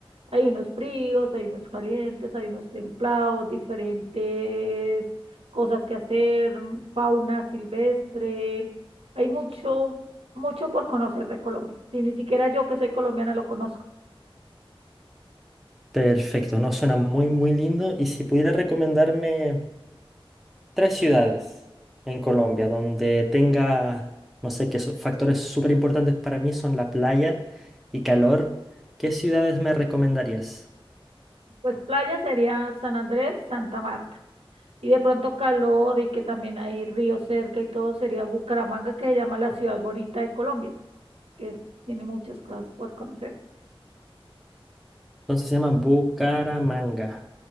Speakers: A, on the right; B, in the centre.
A: Hay unos fríos, hay unos calientes, hay unos templados, diferentes cosas que hacer, fauna silvestre. Hay mucho, mucho por conocer de Colombia. Si ni siquiera yo que soy colombiana lo conozco.
B: Perfecto, no suena muy, muy lindo. Y si pudiera recomendarme tres ciudades en Colombia donde tenga, no sé, qué factores súper importantes para mí son la playa y calor. ¿Qué ciudades me recomendarías?
A: Pues playa sería San Andrés, Santa Marta. Y de pronto calor y que también hay río cerca y todo sería Bucaramanga, que se llama la ciudad bonita de Colombia, que es- tiene muchas cosas por conocer.
B: Entonces se llama Bucaramanga.